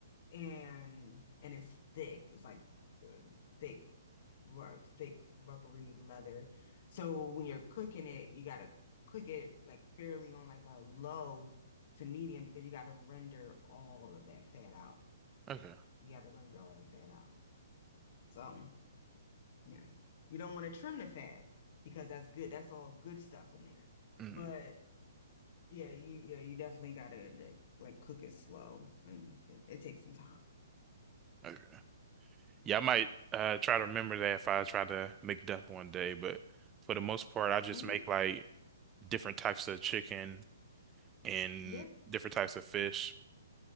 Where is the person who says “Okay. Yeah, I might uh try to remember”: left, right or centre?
Right